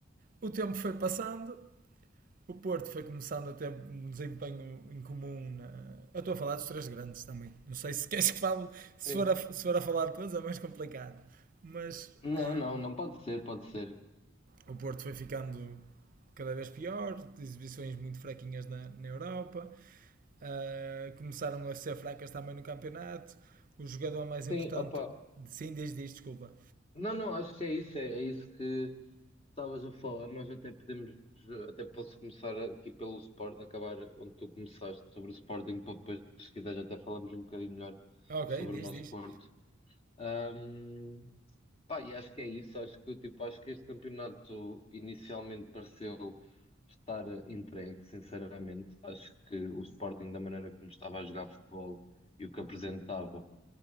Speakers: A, on the right; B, on the left.
A: O tempo foi passando, o Porto foi começando a ter um desempenho incomum. Na... Eu estou a falar dos três grandes também. Não sei se queres que fale, se
B: sim.
A: for a, se for a falar de todos é mais complicado. Mas
B: Não,
A: eh,
B: não, não pode ser, pode ser.
A: o Porto foi ficando cada vez pior, exibições muito fraquinhas na, na Europa. eh, começaram a ser fracas também no campeonato. O jogador mais importante.
B: Sim, opa.
A: Sim, diz, diz, desculpa.
B: Não, não, acho que é isso, é, é isso que estavas a falar. Nós até podemos, até posso começar aqui pelo Sport, acabar onde tu começaste sobre o Sporting, para depois, se quiseres, até falarmos um bocadinho melhor
A: Ok,
B: sobre
A: diz,
B: o nosso
A: diz.
B: Porto. Ahm, pá, e acho que é isso, acho que, tipo, acho que este campeonato inicialmente pareceu estar entregue, sinceramente. Acho que o Sporting, da maneira como estava a jogar futebol e o que apresentava